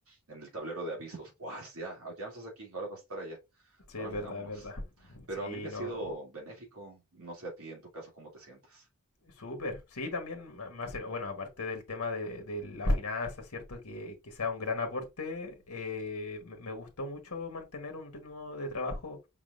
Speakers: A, on the right (about 70°); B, on the left (about 70°).
A: en el tablero de avisos, ¡guas! Ya, ya no estás aquí, ahora vas a estar allá.
B: Sí,
A: Órale,
B: es verdad,
A: vámonos.
B: es verdad.
A: Pero
B: Sí,
A: a mí me ha sido
B: no.
A: benéfico. No sé a ti en tu caso cómo te sientes.
B: Súper, sí, también, ma- más, el- bueno, aparte del tema de, de la finanza, ¿cierto? Que, que sea un gran aporte, eh, me, me gustó mucho mantener un ritmo de trabajo